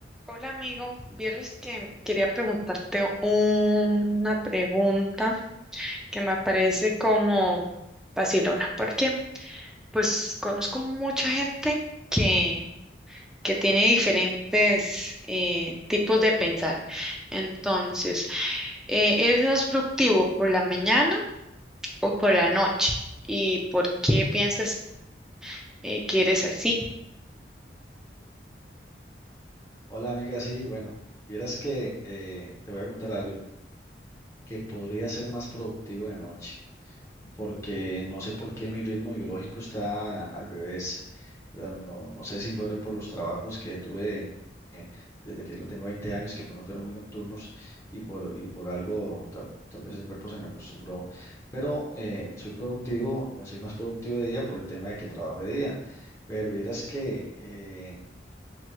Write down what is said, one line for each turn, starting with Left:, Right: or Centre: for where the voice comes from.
Centre: Hola amigo, vieras que quería preguntarte una pregunta que me parece como vacilona, porque pues conozco mucha gente que, que tiene diferentes eh, tipos de pensar. Entonces, eh, ¿eres más productivo por la mañana o por la noche? ¿Y por qué piensas eh, que eres así?
Left: Hola amiga, sí, bueno, vieras que eh, te voy a contar algo que podría ser más productivo de noche, porque no sé por qué mi ritmo biológico está al revés, ¿verdad? No, no sé si fue por los trabajos que tuve eh, desde que lo tengo 20 años, que algunos fueron muy nocturnos y por, y por algo ta- tal, vez el cuerpo se me acostumbró, pero eh, soy productivo, soy más productivo de día por el tema de que trabajo de día, pero vieras que... eh,